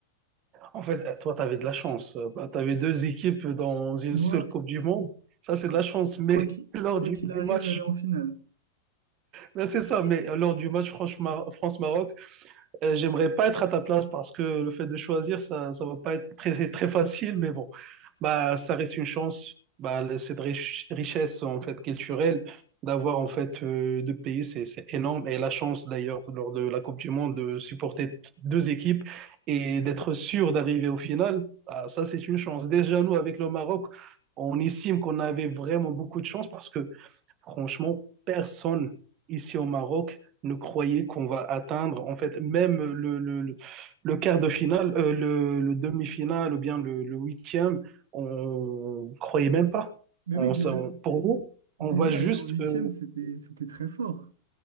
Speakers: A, on the right (about 35°); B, on the right (about 65°).
A: En fait, eh, toi, tu avais de la chance. Tu avais deux équipes dans une
B: Moi,
A: seule Coupe du Monde. Ça, c'est
B: qu-
A: de la chance. Mais
B: quoi qu'il
A: <laughs> lors
B: quoi
A: du,
B: qu'il
A: du
B: arrive,
A: match,
B: j'allais en finale.
A: ben c'est ça. Mais euh, lors du match France-Mar- France-Maroc, euh, j'aimerais pas être à ta place parce que le fait de choisir, ça, ça va pas être très, très facile, mais bon, bah, ça reste une chance. Bah, le- cette rich- richesse, en fait, culturelle, d'avoir, en fait, euh, deux pays, c'est, c'est énorme. Et la chance, d'ailleurs, lors de la Coupe du Monde, de supporter deux équipes et d'être sûr d'arriver au final, bah, ça, c'est une chance. Déjà, nous, avec le Maroc, on estime qu'on avait vraiment beaucoup de chance parce que Franchement, personne ici au Maroc ne croyait qu'on va atteindre, en fait, même le, le, le- le quart de finale, euh, le, le demi-finale ou bien le, le huitième, on croyait même pas.
B: Mais
A: On,
B: oui, déjà,
A: s- on- pour nous,
B: déjà
A: on va juste,
B: aller en huitième,
A: euh,
B: c'était, c'était très fort.